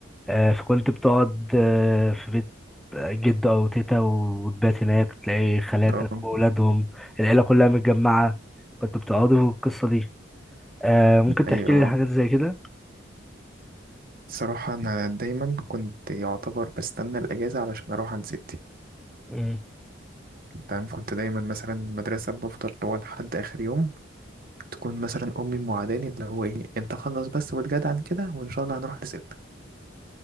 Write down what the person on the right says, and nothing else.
اه
اي اه
الصراحة أنا دايما كنت يعتبر بستنى الأجازة علشان أروح عند ستي
تمام كنت دايما مثلا المدرسة بفضل هو لحد آخر يوم تكون مثلا أمي موعداني اللي هو إيه أنت خلص بس واتجدع عن كده وإن شاء الله هنروح لستك